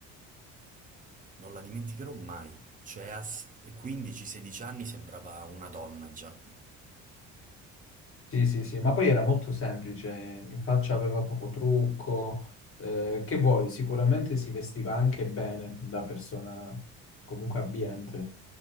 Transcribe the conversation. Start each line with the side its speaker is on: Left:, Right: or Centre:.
Right: non la dimenticherò mai. Cioè a s- 15-16 anni sembrava una donna già.
Left: Sì, sì, sì, ma poi era molto semplice, in faccia aveva poco trucco, eh, che vuoi, sicuramente si vestiva anche bene da persona comunque abbiente,